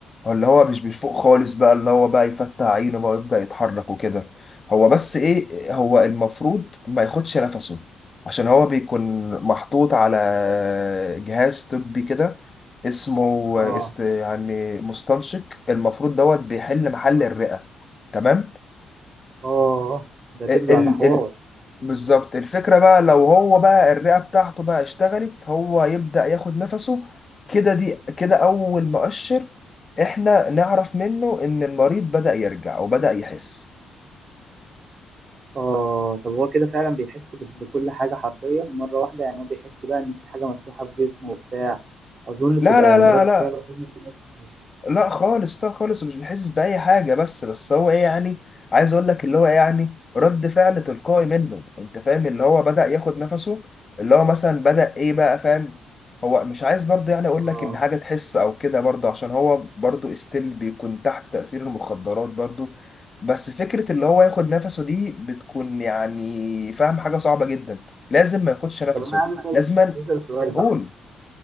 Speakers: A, on the left; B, on the right.
A: هو اللي هو مش بيفوق خالص بقى اللي هو بقى يفتح عينه بقى ويبدأ يتحرك وكده هو بس ايه هو المفروض ما ياخدش نفسه عشان هو بيكون محطوط على جهاز طبي كده اسمه
B: اه
A: است يعني مستنشق المفروض دوت بيحل محل الرئة تمام
B: اه ده كده
A: ال
B: ده
A: ال
B: ده حوار
A: ال- بالظبط الفكرة بقى لو هو بقى الرئة بتاعته بقى اشتغلت هو يبدأ ياخد نفسه كده دي كده أول مؤشر إحنا نعرف منه إن المريض بدأ يرجع وبدأ يحس
B: اه طب هو كده فعلا بيحس بال- بكل حاجة حرفيا مرة واحدة يعني هو بيحس بقى ان في حاجة مفتوحة في جسمه وبتاع اظن بتبقى
A: لا لا
B: يعني
A: لا
B: ردة
A: لا
B: فعله ما بتبقاش حلوة
A: لا خالص لا خالص ومش بيحس بأي حاجة بس بس هو ايه يعني عايز اقول لك اللي هو إيه يعني رد فعل تلقائي منه انت فاهم اللي هو بدأ ياخد نفسه اللي هو مثلا بدأ ايه بقى فاهم هو مش عايز برضه يعني اقول
B: اه
A: لك ان حاجة تحس او كده برضه عشان هو برضه استيل بيكون تحت تأثير المخدرات برضه بس فكرة اللي هو ياخد نفسه دي بتكون يعني فاهم حاجة صعبة جدا لازم ما ياخدش نفسه
B: طب انا عايز اسال
A: لازما
B: عايز اسال سؤال بقى
A: قول